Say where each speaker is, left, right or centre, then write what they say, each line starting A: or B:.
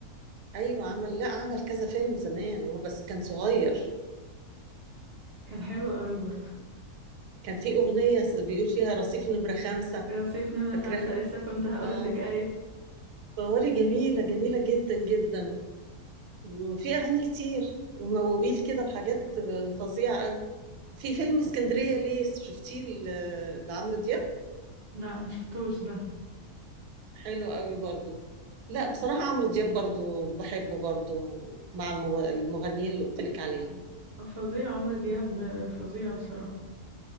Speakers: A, on the right (about 90°); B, on the right (about 60°).
A: ايوه عمل لا عمل كذا فيلم زمان هو بس كان صغير
B: كان حلو قوي برضه
A: كان في اغنيه بيقول فيها رصيف نمره خمسة
B: رصيف نمرة
A: فاكراها
B: خمسة لسه كنت هقول
A: اه
B: لك ايه
A: صواري جميله جميله جدا جدا وفي اغاني كتير ومواويل كده وحاجات آه، فظيعه قوي في فيلم اسكندريه ليه شفتيه ل- لعمرو دياب
B: لا ما شفتوش ده
A: حلو قوي برضو لا بصراحه عمرو دياب برضو بحبه برضو مع المغ- المغنيين اللي قلت لك عليهم
B: فظيع عمرو دياب فظيع بصراحة